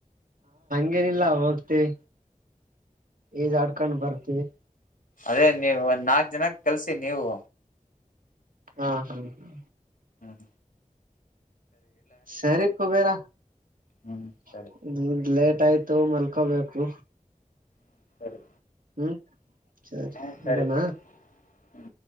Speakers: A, on the right (about 80°); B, on the left (about 75°).
A: ಏನಿಲ್ಲ ಹೊರಡ್ತೀವಿ ಈಜಾಡ್ಕೊಂಡ್ ಬರ್ತೀವಿ
B: ಅದೇ ನೀವೊಂದ್ ನಾಲ್ಕ್ ಜನಕ್ ಕಲ್ಸಿ ನೀವು
A: ಹಾ ಹಾ ಹ.
B: ಹಮ್.
A: ಸರಿ ಕುಬೇರ.
B: ಹ್ಮ್ ಸರಿ
A: <unintelligible> ಆಯ್ತು ಮಲ್ಕೋಬೇಕು.
B: ಹಮ್ ಸರಿ.
A: ಹಮ್. ಸರಿ
B: ಹ್ಮ ಸರಿ
A: ಇಡೋಣ.
B: ಸರಿ ಹ್ಮ್